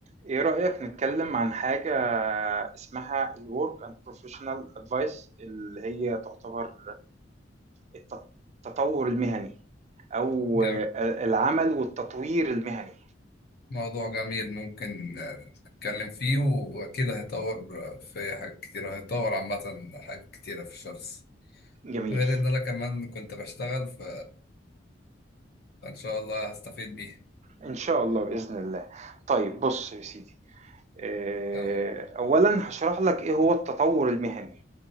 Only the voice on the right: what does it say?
إيه رأيك نتكلم عن حاجة اسمها ال Work and Professional Advice اللي هي تعتبر الت- التطور المهني أو
العمل والتطوير المهني
جميل
إن شاء الله بإذن الله طيب بص يا سيدي آه،
أولا هشرح لك إيه هو التطور المهني